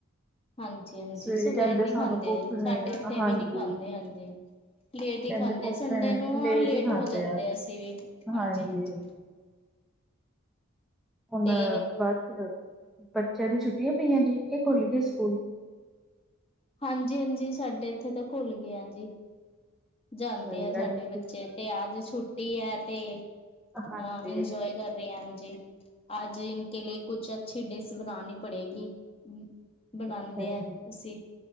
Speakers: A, on the left; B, in the centre.
A: ਹਾਂਜੀ-ਹਾਂਜੀ
B: ਸਵੇਰੇ
A: ਸਵੇਰ
B: ਕਹਿੰਦੇ
A: ਨੀ
B: ਸਾਨੂੰ
A: ਖਾਂਦੇ
B: ਭੁੱਖ ਨਹੀਂ
A: ਸਾਡੇ
B: ਆ
A: ਏਥੇ
B: ਹਾਂਜੀ
A: ਵੀ ਨੀ ਖਾਂਦੇ ਹਾਂਜੀ। ਲੇਟ ਈ
B: ਕਹਿੰਦੇ
A: ਖਾਂਦੇ
B: ਭੁੱਖ
A: ਸੰਡੇ ਨੂੰ ਹਾਂ ਲੇਟ
B: ਹੀ ਖਾਂਦੇ
A: ਹੋ ਜਾਂਦੇ
B: ਆ
A: ਅਸੀਂ ਵੀ, ਹਾਂਜੀ-ਹਾਂਜੀ।
B: ਹਾਂਜੀ ਹੁਣ
A: ਤੇ
B: ਬਸ ਬੱਚਿਆਂ ਦੀ ਛੁੱਟੀਆਂ ਪਈਆਂ ਜੀ ਕਿ ਖੁਲਗੇ ਸਕੂਲ?
A: ਹਾਂਜੀ-ਹਾਂਜੀ ਸਾਡੇ ਇੱਥੇ ਤਾਂ ਖੁੱਲਗੇ ਆ ਜੀ। ਜਾਂਦੇ
B: ਅੱਛਾ ਜੀ
A: ਆ ਸਾਡੇ
B: ਅੱਜ
A: ਬੱਚੇ
B: ਛੁੱਟੀਆਂ
A: ਤੇ ਅੱਜ ਛੁੱਟੀ ਐ ਤੇ
B: ਹਾਂਜੀ
A: ਹਾਂ ਇੰਜੋਏ ਕਰ ਰੇ ਐ, ਹਾਂਜੀ ਆੱਜ ਇਨ ਕੇ ਲਿਏ ਕੁਛ ਅੱਛੀ ਡਿਸ ਬਨਾਨੀ ਪੜੇਗੀ ਹੂੰ, ਬਣਾਂਦੇ
B: ਅੱਛਾ
A: ਐ
B: ਜੀ।
A: ਅਸੀਂ